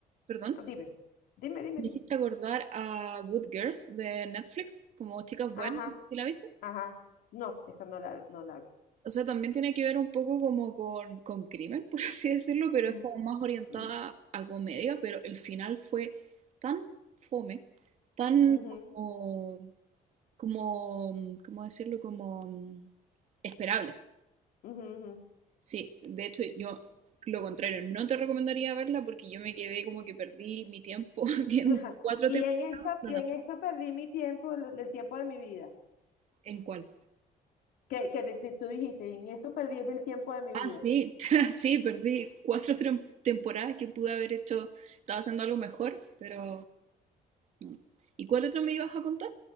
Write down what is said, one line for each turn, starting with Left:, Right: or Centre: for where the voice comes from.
Right: Perdón,
Left: Dime, dime, dime,
Right: me
Left: dime.
Right: hiciste acordar a Good Girls de Netflix, como Chicas
Left: Ajá,
Right: Buenas, no sé si la viste.
Left: ajá. No, esa no la, no la vi.
Right: O sea, también tiene que ver un poco como con, con crimen, <laughs> por así decirlo, pero
Left: Ujú,
Right: es como más orientada
Left: mm,
Right: a comedia, pero el final fue tan fome, tan
Left: ujú,
Right: como, como, mm, ¿cómo decirlo? Como mm, esperable.
Left: ujú,
Right: Sí, de hecho yo lo contrario, no te recomendaría verla porque yo me quedé como que perdí mi tiempo <laughs> viendo
Left: ujú. Ajá.
Right: cuatro
Left: Y
Right: temporadas.
Left: en esta,
Right: No,
Left: y
Right: no,
Left: en esto perdí mi tiempo, el, el tiempo de mi vida.
Right: ¿en cuál?
Left: Que, que te- te- tú dijiste, en esto perdí el tiempo de mi
Right: Ah,
Left: vida.
Right: sí, <laughs> sí, perdí cuatro trem- temporadas que pude haber hecho, estaba haciendo algo mejor, pero no, no. ¿Y cuál otro me ibas a contar?